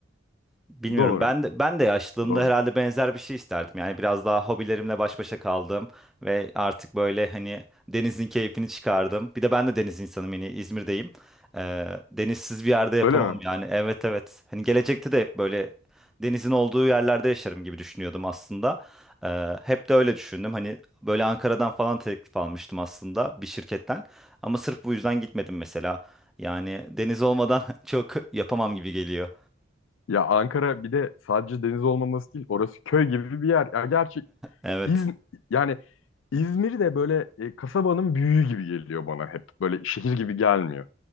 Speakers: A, in the centre; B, on the left.
A: Bilmiyorum.
B: Doğru,
A: Ben de ben de yaşlılığımda
B: doğru.
A: herhalde benzer bir şey isterdim. Yani biraz daha hobilerimle baş başa kaldım ve artık böyle hani denizin keyfini çıkardım. Bir de ben de deniz insanım yani İzmir'deyim. Ee, denizsiz bir yerde yapamam
B: Öyle mi?
A: yani. Evet evet. Hani gelecekte de hep böyle denizin olduğu yerlerde yaşarım gibi düşünüyordum aslında. Ee, hep de öyle düşündüm. Hani böyle Ankara'dan falan teklif almıştım aslında bir şirketten. Ama sırf bu yüzden gitmedim mesela. Yani deniz olmadan <laughs> çok yapamam gibi geliyor.
B: Ya Ankara bir de sadece deniz olmaması değil, orası köy gibi bir yer. Ya gerçi
A: Evet.
B: İz- yani İzmir de böyle e, kasabanın büyüğü gibi geliyor bana hep. Böyle şehir gibi gelmiyor.